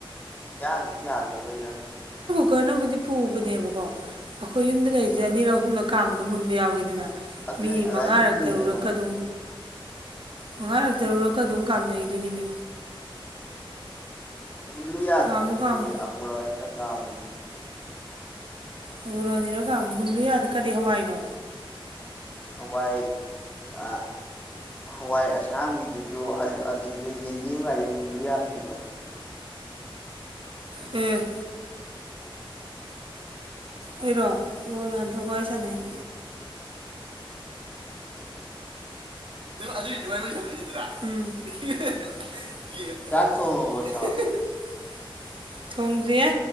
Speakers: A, on the left; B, on the right.
A: <unintelligible> ꯌꯥꯝꯗꯕꯩꯔ ꯈꯪꯗꯦ
B: ꯀꯨꯀ꯭ꯔꯅꯕꯨꯗꯤ ꯄꯨꯕꯅꯦꯕꯀꯣ ꯑꯈꯣꯏ ꯌꯨꯝꯗ ꯂꯩꯔꯤꯖꯦ ꯑꯅꯤꯔꯛ ꯑꯍꯨꯝꯂꯛ ꯀꯥꯝꯕꯗ ꯃꯨꯟꯕ ꯌꯥꯎꯋꯤꯗꯅ
A: ꯑꯗꯨꯅꯤ
B: ꯃꯤ
A: ꯑꯗꯨꯃꯥꯏꯅ
B: ꯃꯉꯥꯔꯛ
A: ꯃꯨꯜꯂꯤꯗꯅ
B: ꯇꯔꯨꯔꯛꯀ ꯑꯗꯨꯝ ꯃꯉꯥꯔꯛ ꯇꯔꯨꯔꯛꯀ ꯑꯗꯨꯝ ꯀꯥꯝꯅꯩꯗꯨꯅꯤ ꯃꯤ
A: ꯃꯨꯜꯂꯨ ꯌꯥꯗ꯭ꯔꯤꯅꯦꯃꯦ
B: ꯀꯥꯝꯃꯨ ꯀꯥꯝꯃꯨ
A: ꯑꯃꯨꯔꯛ ꯑꯅꯤꯔꯛ ꯀꯥꯝꯕꯗ
B: ꯑꯃꯨꯔꯛ ꯑꯅꯤꯔꯛ ꯀꯥꯝ ꯃꯨꯜꯂꯨ ꯌꯥꯗꯦ ꯀꯔꯤ ꯍꯋꯥꯏꯅꯣ
A: ꯍꯋꯥꯏ ꯑꯥ ꯍꯋꯥꯏ ꯑꯁꯥꯡꯕꯤꯗꯨ ꯖꯨ <unintelligible> ꯑꯗꯨꯒ ꯌꯦꯟꯗꯦꯝꯒꯥꯏꯖꯨ ꯃꯨꯜꯂꯨ ꯌꯥꯗ꯭ꯔꯤꯕ
B: ꯎꯝ ꯑꯩꯔꯣ ꯑꯣ ꯔꯣꯅꯥꯟꯗꯣꯒ ꯋꯥꯔꯤ ꯁꯥꯟꯅꯩꯅꯦ ꯑꯗꯨꯒꯤꯗꯨꯃꯥꯏ ꯁꯥꯟꯅꯒꯤꯗꯨꯔ ꯎꯝ ꯑꯍꯦꯛ ꯍꯦꯛ
A: ꯆꯥꯛ ꯊꯣꯡꯉꯕꯣ
B: <unintelligible>
A: ꯏꯇꯥꯎ
B: ꯊꯣꯡꯗ꯭ꯔ꯭ꯍꯦ